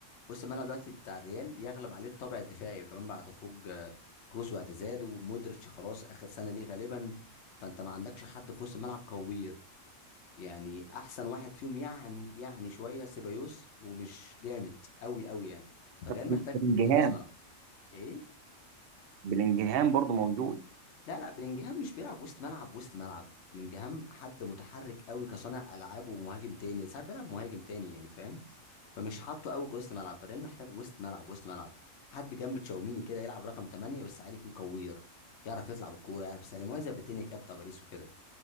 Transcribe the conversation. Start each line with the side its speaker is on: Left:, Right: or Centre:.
Left: وسط الملعب دلوقتي بتاع الريال يغلب عليه الطابع الدفاعي وكمان بعد خروج آه، كروس واعتزاله ومودريتش خلاص اخر سنه ليه غالبا فانت ما عندكش حد في وسط الملعب كوير يعني احسن واحد فيهم يعني يعني شويه سيبايوس ومش جامد قوي قوي يعني فالريال
Right: من
Left: محتاج
Right: بلينجهام
Left: اتنين وسط ملعب ايه
Right: بلينجهام برضه موجود
Left: لا لا بلينجهام مش بيلعب وسط ملعب وسط ملعب بلينجهام حد متحرك قوي كصانع العاب ومهاجم تاني ساعات بيلعب مهاجم تاني يعني فاهم فمش حاطه قوي كوسط ملعب الريال محتاج وسط ملعب وسط ملعب حد جنب تشاوميني كده يلعب رقم 8 بس عادي يكون كوير يعرف يطلع بالكوره يعرف يسلم وهي زي فيتينيا كده بتاع باريس وكده